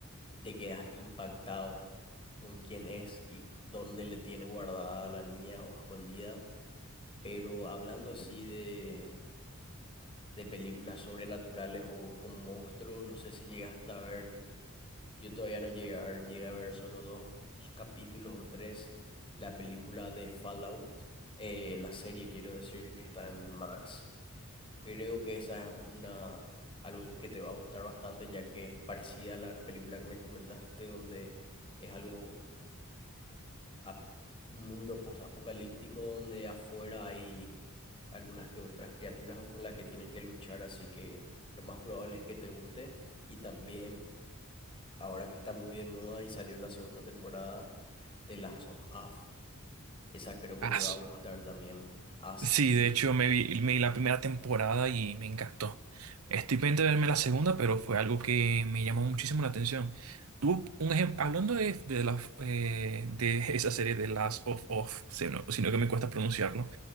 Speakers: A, on the left; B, on the right.
A: y te quedas impactado con quién es y dónde le tiene guardada a la niña o escondida. Pero hablando así de, de películas sobrenaturales o con monstruos, no sé si llegaste a ver. Yo todavía no llegué a ver, llegué a ver solo dos capítulos o tres. La película de Fallout, eh, la serie quiero decir que está en Max. Creo que esa es una algo que te va a gustar bastante ya que es parecida a la película que me comentaste donde es algo ap- un mundo post-apocalíptico donde afuera hay algunas que otras criaturas con las que tienen que luchar, así que lo más probable es que te guste. Y también ahora que está muy de moda y salió la segunda temporada de Last of Us, esa creo que
B: Ah,
A: te
B: s-
A: va a gustar también. As,
B: sí,
A: ¿sí?
B: de hecho me vi, me vi la primera temporada y me encantó. Estoy pendiente de verme la segunda, pero fue algo que me llamó muchísimo la atención. Tú, un ejemplo, hablando de, de, la, eh, de esa serie de Last of Us, sino, sino que me cuesta pronunciarlo,